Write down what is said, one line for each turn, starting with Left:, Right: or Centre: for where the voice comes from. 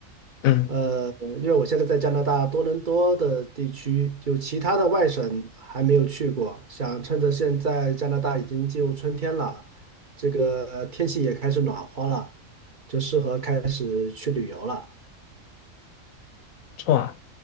Left: 嗯，
Right: 呃，因为我现在在加拿大多伦多的地区，就其他的外省还没有去过，想趁着现在加拿大已经进入春天了，这个天气也开始暖和了，就适合开始去旅游了。
Left: 不错啊。